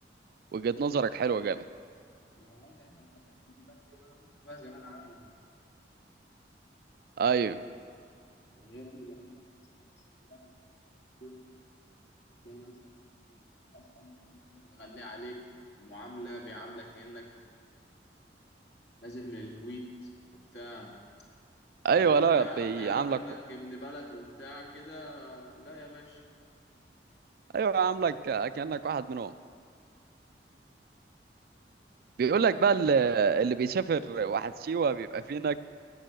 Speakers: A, on the right (about 55°); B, on the left (about 65°).
A: وجهه نظرك حلوه جامد
B: ما أنا عايز أعيش على طبيعتي في بلدي وأنا أعيش فيها زي ما أنا عايز
A: ايوه
B: غير ال- غير مثلا السياح اللي هم بيروح ده مثلا الأسعار كل حاجة بيغلي عليك المعاملة بيعاملك كأنك نازل من الكويت وبتاع
A: ايوه
B: إنما
A: لا
B: أما يع-
A: بيعاملك
B: أما يعرف إنك ابن بلد وبتاع كده لا يا باشا
A: ايوه عاملك كانك واحد منهم بيقول لك بقى ال- اللي بيسافر واحد سيوه بيبقى في هناك